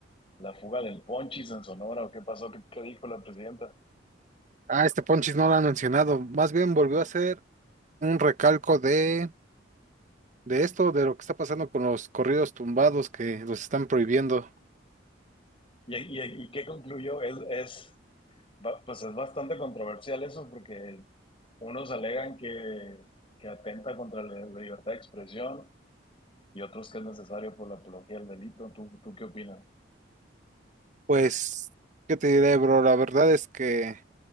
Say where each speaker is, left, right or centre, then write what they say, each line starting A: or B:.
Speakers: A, on the left (about 30°); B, on the right (about 40°).
A: la fuga del Ponchis en Sonora o qué pasó, qué, qué dijo la presidenta.
B: Ah, este Ponchis no lo han mencionado. Más bien volvió a hacer un recalco de, de esto, de lo que está pasando con los corridos tumbados que los están prohibiendo.
A: ¿Y, y, y qué concluyó? Es, es, ba- pues es bastante controversial eso porque unos alegan que, que atenta contra la, la libertad de expresión y otros que es necesario por la apología del delito. ¿Tú, tú qué opinas?
B: Pues, ¿qué te diré, bro? La verdad es que